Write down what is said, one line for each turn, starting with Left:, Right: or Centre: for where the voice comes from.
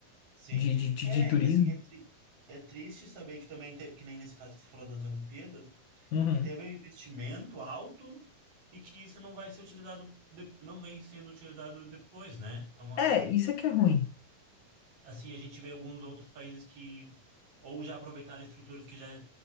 Right: Sim.
Left: De, de, de,
Right: É,
Left: de turismo.
Right: e assim, é, tri- é triste saber que também teve, que nem nesse caso que você falou das Olimpíadas,
Left: Uhum.
Right: que teve um investimento alto e que isso não vai ser utilizado, de- não vem sendo utilizado depois, né? É uma,
Left: É, isso é que é ruim.
Right: assim, a gente vê alguns outros países que ou já aproveitaram estruturas que já,